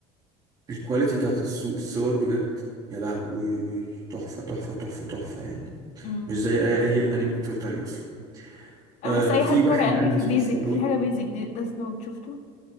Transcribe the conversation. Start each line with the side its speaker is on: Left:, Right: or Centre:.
Right: الكواليتي بتاعت السو- الصور بجد يا لهوي تحفة تحفة تحفة تحفة يعني
Left: امم
Right: مش زي اي اي انمي اتفرجت عليه اصلا
Left: انا
Right: آه
Left: حاسه اي
Right: في
Left: حد اتفرج
Right: واحد
Left: على انمي
Right: عايز
Left: في
Right: اشوفه
Left: بيزك
Right: قوي
Left: في حاجه بيزك دي ديث نوت شفته